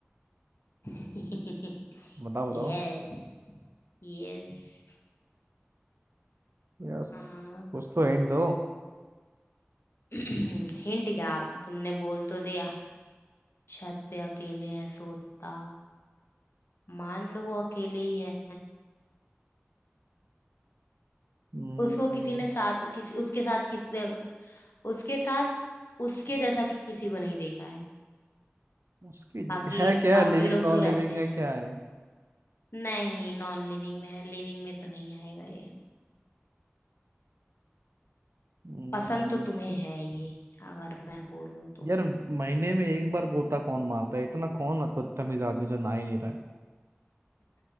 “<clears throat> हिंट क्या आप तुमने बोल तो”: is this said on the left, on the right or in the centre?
Left